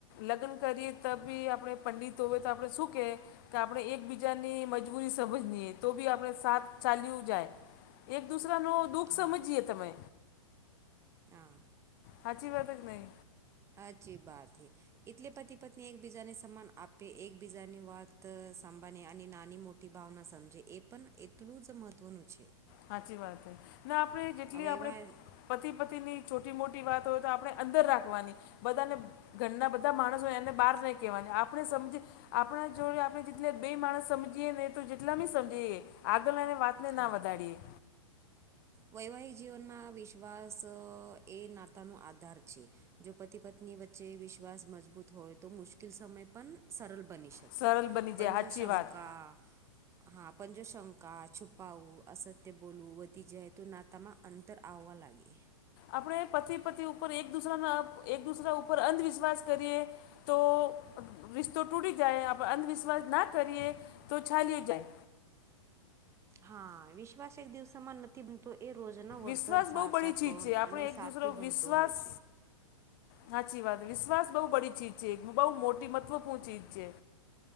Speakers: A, on the left; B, on the right.
A: લગ્ન કરીએ ત બી આપણે પંડિત હોવે તો આપણે શું કે? કે આપણેે એક બી જાની મજબૂરી સમજ નીએ તો બી આપણે સાથ ચાલ્યું જાય. એક દુસરાનો દુઃખ
B: હા
A: સમજીયએ તમે
B: હા
A: હાચી વાત એ કે નઈ?
B: હાચી બાત હૈ. એટલે પતિ પત્ની એકબીજાને સમાન આપે, એકબીજાની વાત સાંભા અને નાની મો ટી ભાવના સમજે એ પણ એટલું જ મહત્વનું છે.
A: હાચી વાત એ ને આપણે જેટલી
B: હવે
A: આપણે
B: એવા
A: પતિ પતિની ચોટી મો ટી વાત હોય તો આપણે અંદર રાખવાની, બધાને ઘરના બધા માણસો એને બહાર નહીં કહેવાની. આપણે સમજી આપણા જોડે આપણે જે બે માણસ સમજીએે ને તો જેટલાી સમજીએ આગલા ને વાત
B: હા
A: ના વધાડીએ.
B: વૈવાહિક જીવનમાં વિશ્વાસ એ નાતાનો આધાર છે. જો પતિ પત્ની વચ્ચે વિશ્વાસ મજબૂત હોય તો મુશ્કેલ સમય પન સરલ બની શકે
A: સરળ બની
B: પન
A: જાય
B: જો
A: સાચી
B: શંકા
A: વાત
B: હા પણ જો શંકા છુપાાવું અસત્ય બોલવુ વધી જાય નાતામાં અંતર આવવા લાગે
A: આપણે પતિ પતિ ઉપર એક દુસરાના એક દુસરા ઉપર અંધવિશ્વાસ કરીએ તો રિશ્તો તૂટી જાય આપ અંધવિશ્વાસ ના કરીએ તો ચાલીજાય
B: હા વિશ્વાસ એક દિસા માં નથી બનતો એ રોજનો વર્તન
A: વિશ્વાસ
B: સાચા
A: બહુ બડી ચીજ
B: પણ
A: છે આપણે
B: અને
A: એક
B: સાથી
A: દૂસરો
B: બનતો
A: વિશ્વાસ
B: હોય છે.
A: સાચી વાત વિશ્વાસ બહુ બડી ચીજ છે બહુ મોટી મહત્વપૂર્ણ ચીજ છે.